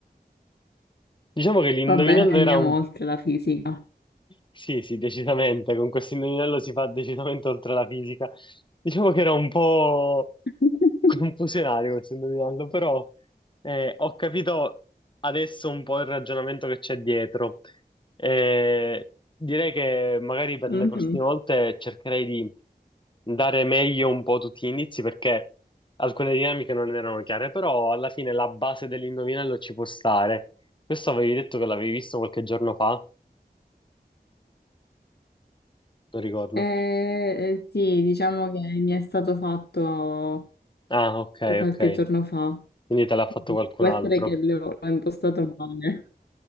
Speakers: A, on the left; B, on the left.
A: Diciamo che l'Indovinello
B: Va bene, andiamo
A: era un
B: oltre la fisica.
A: Sì, sì, decisamente, con questo indovinello si fa decisamente oltre la fisica. Diciamo che era un po'
B: <laughs>
A: confusionario questo indovinello, però eh, ho capito adesso un po' il ragionamento che c'è dietro. Eh, direi che magari per
B: Mhm.
A: le prossime volte cercherei di dare meglio un po' tutti gli indizi perché alcune dinamiche non erano chiare, però alla fine la base dell'indovinello ci può stare. Questo avevi detto che l'avevi visto qualche giorno fa, non ricordo.
B: Eh, eh, sì, diciamo che mi è stato fatto
A: Ah, ok,
B: qualche
A: ok.
B: giorno fa.
A: Quindi te l'ha
B: Quindi
A: fatto qualcun
B: Può
A: altro.
B: essere che l'ho l'ho impostato male.